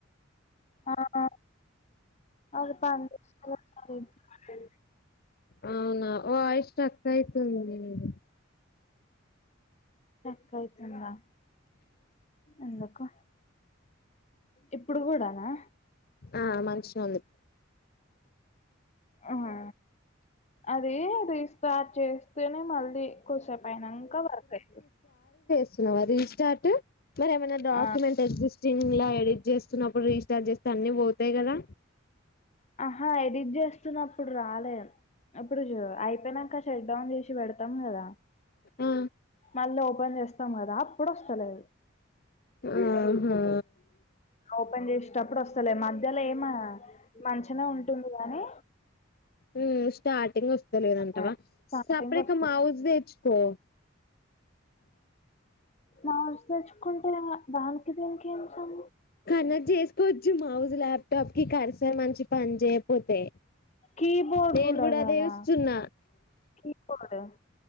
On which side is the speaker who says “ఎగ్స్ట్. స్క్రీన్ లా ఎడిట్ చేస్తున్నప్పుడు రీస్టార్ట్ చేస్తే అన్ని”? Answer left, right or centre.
Left